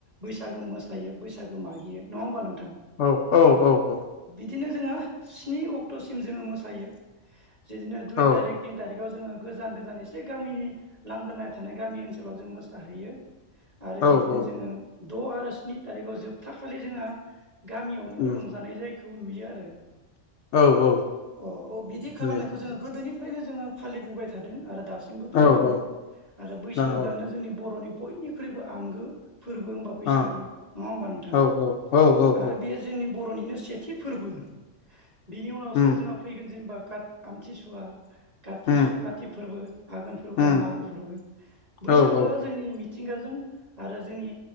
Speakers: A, on the right; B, on the left.
A: बैसागो मोसायो बैसागो मागियो नङा होमबा नों
B: औ औ औ औ
A: बिदिनो जोङो स्नि अक्ट'सिम जोङो मोसायो जिदिनो दुइ
B: औ
A: थारिख थिन थारिखाव जोङो गोजान गोजान एसे गामिनि लांगोना थानाय गामि ओनसोलाव जों मोसाहैयो । आरो
B: औ
A: बिदिनो
B: औ
A: जोङो द' आरो स्नि थारिखआव जोबथा खालि जोंहा गामियावनो
B: उम
A: रंजानाय जायखौ नुयो आरो
B: औ औ
A: अ अ बिदि खालामनायखौ
B: दे
A: जोङो गोदोनिफ्रायनो जोङो फालिबोबाय थादों आरो दास सिमबो फालिदों
B: औ औ
A: आरो बैसागोआनो
B: दा औ
A: जोंनि बर'नि बयनिख्रुइबो आंगो फोरबो होमबा बैसागो
B: आ
A: नङा होमबा नोंथां
B: औ औ औ औ
A: आरो
B: औ
A: बेयो जोंनि बर'निनो सेथि फोरबो बिनि उनावसो
B: उम
A: जोंहा फैगोन जेनेबा खाथ आमथिसुवा खातिसु
B: उम
A: खाति फोरबो आघोन फोरबो
B: उम
A: आरो मागो फोरबो बैसागोआ
B: औ औ
A: जोंनि मिथ थिंगाजों आरो जोंनि